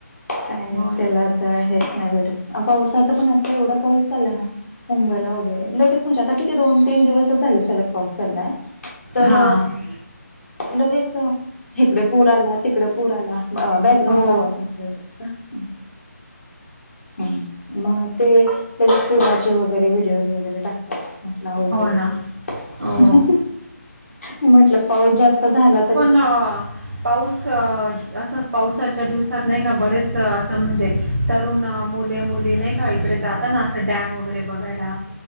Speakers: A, on the left (about 55°); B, on the right (about 55°).
A: काय
B: हो ना.
A: त्याला आता हेच नाही भेटतग पावसाचा पण आता एवढा पाऊस चालला ना मुंबईला वगैरे लगेच म्हणजे आ कि दोन तीन दिवस झा सलग पाऊस चाललाय तर
B: हां.
A: लगेच इिकडे पूर आला तिकडे पूर आला बॅकग्राउंडचा
B: हो.
A: आवाज नको या्याच्या का ह मग ते लगेच पुराचे वगैरे व्हिडिओज वगैरे टाकतात ना अवघडचे
B: हो ना. हो.
A: हह म्हटलं पाऊस जास्त झाला तर
B: अअ पाऊस सस.. असच पावसाच्या दिवसात नाही का बरेच असं म्हणजे तरुण मुले मुली नाही का इकड.. जाता ना असं डॅम वगैरे बघायला